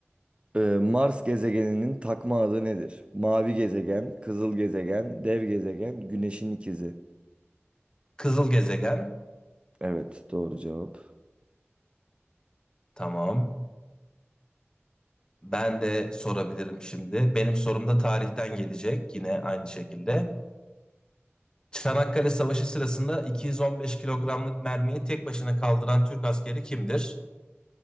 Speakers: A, on the right (about 25°); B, on the left (about 20°).
A: Ee, Mars gezegeninin takma adı nedir? Mavi gezegen, kızıl gezegen, dev gezegen, güneşin ikizi.
B: Kızıl gezegen,
A: Evet doğru cevap.
B: tamam. Ben de sorabilirim şimdi. Benim sorum da tarihten gelecek yine aynı şekilde. Çanakkale Savaşı sırasında 215 kilogramlık mermiyi tek başına kaldıran Türk askeri kimdir?